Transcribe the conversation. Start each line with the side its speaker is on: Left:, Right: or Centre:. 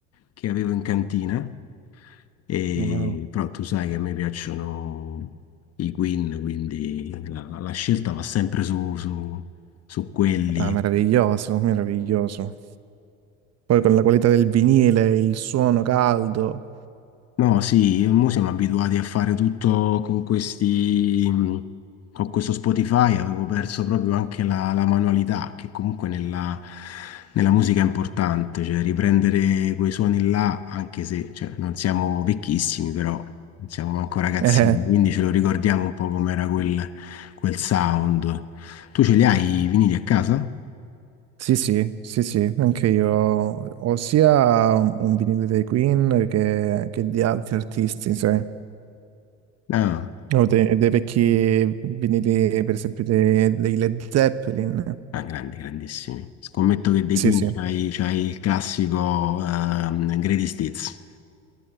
Left: che avevo in cantina, e,
Right: Wow.
Left: però tu sai che a me piacciono i Queen, quindi la, la scelta va sempre su, su su quelli.
Right: Ah, meraviglioso, meraviglioso. Poi con la qualità del vinile, il suono caldo.
Left: No, sì, mo siamo abituati a fare tutto con questi, mh, con questo Spotify, avevo perso proprio anche la, la manualità, che comunque nella, nella musica è importante, cioè riprendere quei suoni là, anche se cioè, non siamo vecchissimi, però non siamo manco ragazzini,
Right: Eh,
Left: quindi ce lo ricordiamo un po' com'era quel, quel sound. Tu ce li hai i vinili a casa?
Right: sì, sì, sì, sì, anche io ho sia un vinile dei Queen che, che di altri artisti, sai.
Left: Ah.
Right: Ho dei, dei vecchi vinili, per esempio, dei, dei Led Zeppelin.
Left: Ah, grandi, grandissimi. Scommetto che dei
Right: Sì,
Left: Queen
Right: sì.
Left: c'hai, c'hai il classico ehm, Greatest Hits.